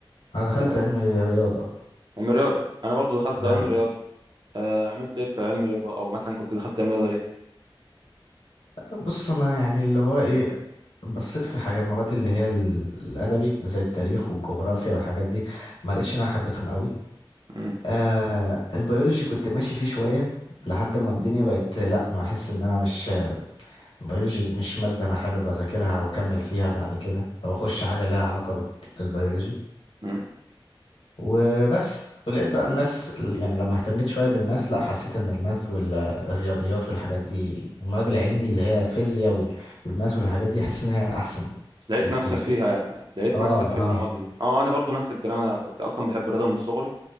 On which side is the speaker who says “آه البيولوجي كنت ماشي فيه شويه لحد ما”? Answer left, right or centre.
Left